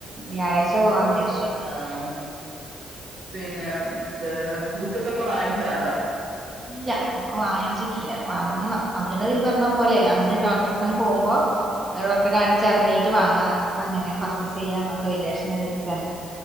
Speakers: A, on the right (about 20°); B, on the right (about 85°).
A: വ്യാഴാഴ്ച പോവാൻ നേര
B: ആഹ പിന്നെ എന്താണ് ബുക്കൊക്കെ വാങ്ങിച്ചോ?
A: ഇല്ല നമക്ക് വാങ്ങിച്ചിട്ടില്ല വാങ്ങണം അതിന് ഈ പറഞ്ഞ പോലെ അന്ന് ഡോക്ടറെ തന്ന പോകുമ്പോ ഡോക്ടറെ കാണിച്ച ഇറങ്ങിട്ട് വാങ്ങാ അങ്ങനെ പർച്ചേസ് ചെയ്യാ എന്നൊക്കെ വിചാരിച്ച് ഞാൻ നിക്കാണ്